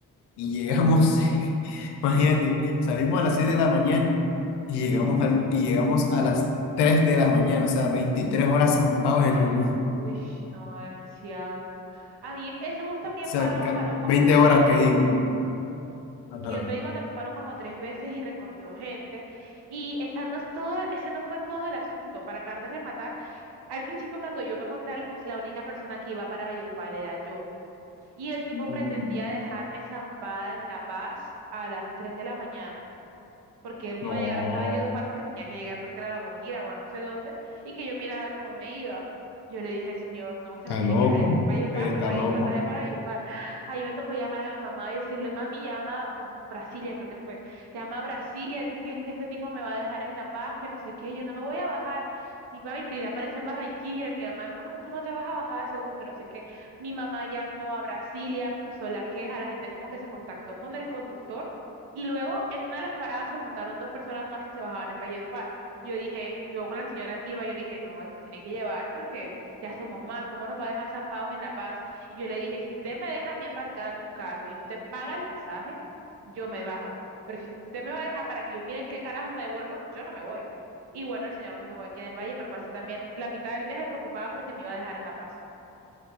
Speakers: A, on the left; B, on the right.
A: y llegamos, <laughs> imagínate, salimos a las 6 de la mañana y llegamos, al, y llegamos a las 3 de la mañana, o sea, 23 horas zampados
B: <gasps> ¡Ah!
A: en el bus. O
B: Uy, no, demasiado. A mí ese bus también
A: sea,
B: paró,
A: ca-
B: paró como
A: 20
B: tres
A: horas
B: veces.
A: que digo. Ajá.
B: Que yo te digo, también paró como tres veces y recogió gente. Y esa no es todo, ese no fue todo el asunto. Para acabar de rematar, al principio cuando yo me monté al bus, la única persona que iba para Valledupar era yo. Y el tipo
A: Mm,
B: pretendía dejarme zampada en La Paz a las 3 de la mañana porque él no
A: No,
B: iba a llegar hasta Valledupar porque tenía que llegar, creo que era a La Guajira o a no sé dónde, y que yo mirara cómo me iba. Yo le dije, señor, no, usted
A: está
B: me tiene
A: loco,
B: que dejar en Valledupar,
A: él está
B: yo pagué
A: loco.
B: mi pasaje para Valledupar. <gasps> Ahí me tocó llamar a mi mamá y decirle, mami, llama, yo no- Brasilia creo que fue, llama a Brasilia, diles que este tipo me va a dejar en La Paz, que no sé qué, yo no me voy a bajar. Y mami, pero irá aparece en Barranquilla, y mi mamá, no, no, tú no te vas a bajar de ese bus, que no sé qué. Mi mamá llamó a Brasilia, puso la queja, la gente como que se contactó con el conductor y luego en una de las paradas se montaron dos personas más que se bajaban en Valledupar. Yo dije, yo con la señora que iba, yo le dije, no, él nos tiene que llevar porque ya somos más, ¿cómo nos va a dejar zampados en La Paz? Y yo le dije, si usted me deja a mí embarcada en un carro y usted paga el pasaje, yo me bajo. Pero si usted me va a dejar para que yo miren qué carajos me devuelvo, yo no me voy. Y bueno, el señor nos dejó aquí en el valle, pero pasé también la mitad del viaje preocupada porque me iba a dejar en La Paz.